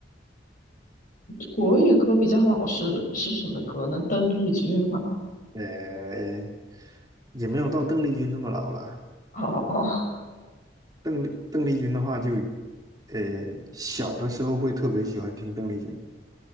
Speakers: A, on the left; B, on the right.
A: 国语歌比较老是是什么歌呢？邓丽君吗？
B: 呃，也没有到邓丽君那么老了。
A: 哦哦
B: 邓丽邓丽君的话就，呃，小的时候会特别喜欢听邓丽君，